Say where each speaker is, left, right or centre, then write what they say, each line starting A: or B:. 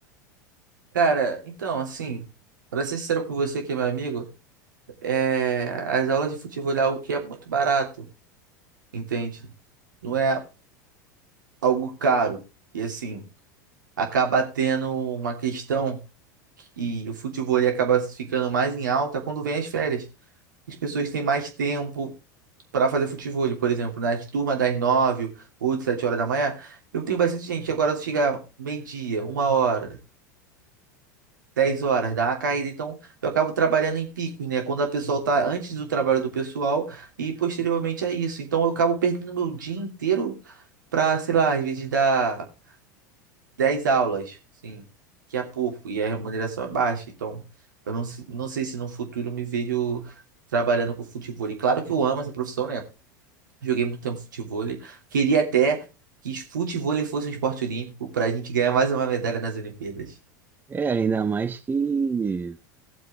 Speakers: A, on the right; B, on the right.
A: Cara, então, assim, pra ser sincero com você que é meu amigo, é, as aulas de futebol é algo que é muito barato. entende? Não é algo caro. E assim, acaba tendo uma questão que o futebol ele acaba ficando mais em alta quando vem as férias. As pessoas têm mais tempo para fazer futebol, por exemplo, nas turmas das nove, oito, sete horas da manhã. Eu tenho bastante gente. Agora chega meio-dia, uma hora, dez horas, dá uma caída. Então eu acabo trabalhando em picos, né? Quando a pessoa tá antes do trabalho do pessoal e posteriormente a isso. Então eu acabo perdendo meu dia inteiro para, sei lá, às vezes dar 10 aulas, sim, que é pouco e a remuneração é baixa. Então, eu não, se- não sei se no futuro eu me vejo trabalhando com futevôlei. Claro que eu amo essa profissão, né? Joguei muito tempo futevôlei. Queria até que futevôlei fosse um esporte olímpico para a gente ganhar mais uma medalha nas Olimpíadas.
B: É, ainda mais que